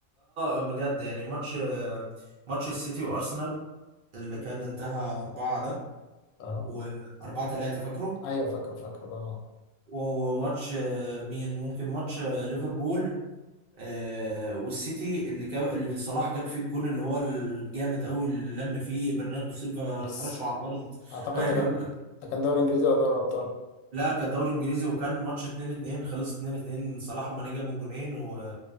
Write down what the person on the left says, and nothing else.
<laughs>
اه
أيوه فاكره فاكره اه
بس
أعتقد
ده كان ده كان دوري إنجليزي ولا دوري أبطال؟